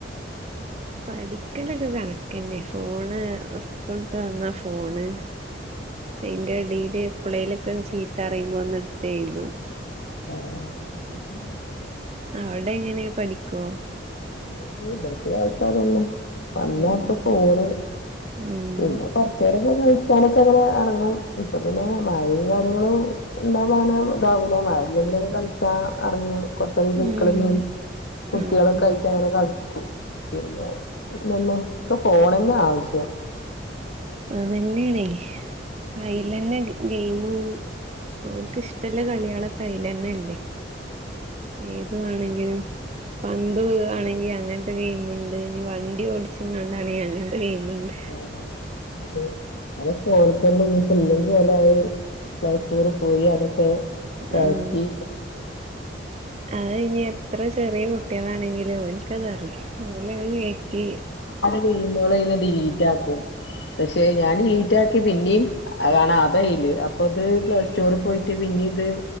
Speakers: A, on the right (about 35°); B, on the left (about 70°).
A: പഠിക്കലൊക്കെ കണക്കന്നെ. ഫോണ് ഇസ്ക്കൂള് വിട്ട് വന്നാ ഫോണ്. അയ്ന്റെ എടേല് എപ്ലേലൊക്കെ ഒന്ന് ചീത്തറിയുമ്പോ ഒന്ന് ഇടുത്തെഴുതും.
B: ആഹ്.
A: അവിടെ എങ്ങനെ പഠിക്കോ.
B: ഏ ഇബെൽക്ക് വായിക്കാനൊന്നും. അല്ലാത്ത
A: ഉം
B: ഫോണ്.
A: ഉം
B: പിന്നെ കൊറച്ചേരൊക്കെ കുളിക്കാനൊക്കെങ്ങനെ എറങ്ങും ഇപ്പൊ പിന്നെ മഴയും കാര്യങ്ങളും ഉണ്ടാവാനോ ഇതാവൂല മഴയില്ലെങ്കിലൊക്കെ കളിച്ചാ എറങ്ങും ഒരു ചേക്ക്ള്ള
A: ഉം
B: മീൻ കുട്ടിയോളൊക്കായി
A: ഉം
B: ങ്ങനെ കളിക്കും പിന്നെ ന്നന്നെ ഒക്കെ ഫോണന്നെ ആവശ്യം
A: അതന്നെയാണേ അയ്ലെന്നെണ്ട് ഗെയിമും ഓൽക്ക്ഷ്ടല്ല കളികള് ഒക്കെ അയ്ലെന്നെ ഉണ്ട് ഏതു വാണെങ്കിലും പന്ത് ആണെങ്കി അങ്ങ ൻത്തെ ഗെയിമ്ണ്ട് ഇനി വണ്ടി ഓടിച്ച്കാണ്ടാണെ അങ്ങൻത്തെ ഗെയിമുണ്ട്
B: ആഹ് അതെ അതൊക്കെ ഓൽക്കന്നെ ഞ്ഞി പ്പ ഇല്ലെങ്കി ഓലായി പ്ലേ സ്റ്റോർ പോയി അതൊക്കെ കയ്റ്റി
A: ആഹ് അത് ഇഞ്ഞി എത്ര ചെറിയ കുട്ടികളാണെങ്കിലും ഓൽക്കതറിയും ഓലത് കയ്റ്റി
B: കുഞ്ഞിമോളയ്ന്ന് ഡിലീറ്റാക്കും പക്ഷെ ഞാൻ ഡിലീറ്റാക്കി പിന്നെയും അതാണ് അതയില് അപ്പൊ അത് പ്ലേ സ്റ്റോറി പോയിട്ട് പിന്നെ ഇത്